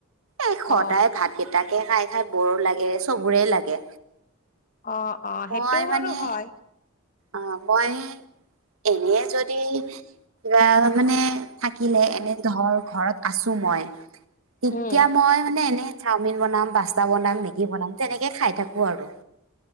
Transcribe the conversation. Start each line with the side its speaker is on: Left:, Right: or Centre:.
Right: এই সদায়
Left: অ
Right: ভাতকেইটা তাকে খাই খাই বৰ লাগে চবৰে লাগে।
Left: অ অ
Right: মই
Left: সেইটোও
Right: মানে
Left: বাৰু হয়।
Right: অ মই এনে যদি কিবা মানে থাকিলে এনে ধৰ ঘৰত আছোঁ মই তেতিয়া
Left: উম।
Right: মই মানে এনেই চাওমিন বনাম পাস্তা বনাম মেগী বনাম তেনেকে খাই থাকো আৰু